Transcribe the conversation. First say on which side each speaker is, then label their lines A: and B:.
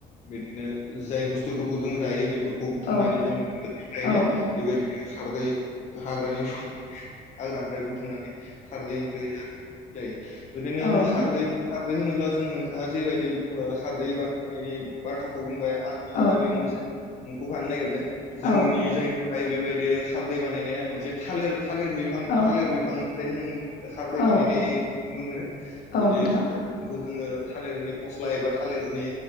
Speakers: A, on the left; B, on the left.
A: बिदिनो जाय बुस्थुफोरखौ जों जायो। बेफोरखौ खौ बुथुमनानै
B: औ
A: जों गोदोनिफ्रायनो
B: औ
A: बेबायदि खारदै हाग्रानि हाग्रानिफ्राय बुथुमनानै <unintelligible> जाय बिदिनो जों
B: औ
A: खारदै खारदै होनोब्ला जों नोंथाङा जेबायदि खारदै बान बाथ्राखौ बुंबाय आं
B: औ
A: आरो बेयाव मोनसे मुंखफानो नागिरदों जोंनि
B: औ औ
A: जायगा ओमफ्राय बेबायदि खारदै बानायनाया मोनसे थालिर थालिर बिफां
B: औ
A: थालिर बिफांनिफ्राय जों खारदै
B: औ
A: बानायनाय नुनो मोनो।
B: औ
A: बिदि
B: नोंथां
A: सारायथिंखौ जोङो थालिरनि फस्लाय एबा थालिरनि